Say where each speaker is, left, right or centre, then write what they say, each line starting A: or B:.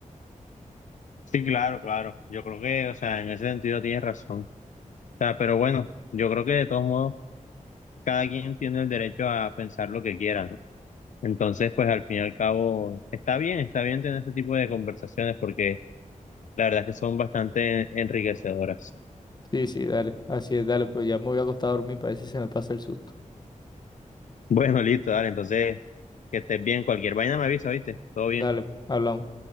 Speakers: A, on the left; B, on the left.
A: Sí, claro, claro, yo creo que, o sea, en ese sentido tienes razón. O sea, pero bueno, yo creo que de todos modos, cada quien tiene el derecho a pensar lo que quiera, ¿no? Entonces, pues al fin y al cabo, está bien, está bien tener este tipo de conversaciones porque la verdad es que son bastante enriquecedoras.
B: Sí, sí, dale, así es, dale, pues ya me voy a acostar a dormir para ver si se me pasa el susto.
A: Bueno, listo, dale. Entonces, que estés bien. Cualquier vaina me avisa, ¿viste? Todo bien.
B: Dale, hablamos.